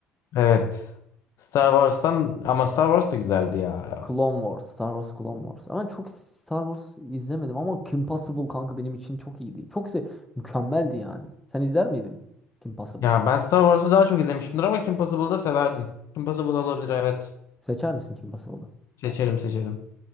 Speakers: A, on the left; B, in the centre.
A: Evet. Star Wars'tan ama Star Wars da güzeldi ya.
B: Clone Wars, Star Wars Clone Wars. Ama çok Star Wars izlemedim ama Kim Possible kanka benim için çok iyiydi. Çok se mükemmeldi yani. Sen izler miydin Kim Possible?
A: Ya ben Star Wars'ı daha çok izlemişimdir ama Kim Possible'ı da severdim. Kim Possible olabilir evet.
B: Seçer misin Kim Possible'ı?
A: Seçerim seçerim.